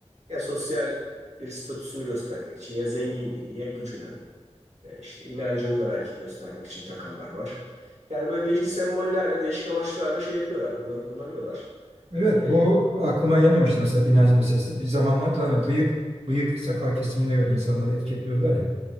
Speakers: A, on the right; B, on the right.
A: Ya sosyal bir statüsünü göstermek için ya zenginliğini ya gücünü e, işte inancını da belki göstermek için takanlar var. Yani böyle değişik sembollerle değişik amaçlarla şey yapıyorlar bunları kullanıyorlar.
B: Evet,
A: Ee,
B: bu aklıma gelmemişti mesela inanç meselesi. Bir zamanlarda hani bıyık, bıyık sakal kesimine göre insanları etiketliyordular ya.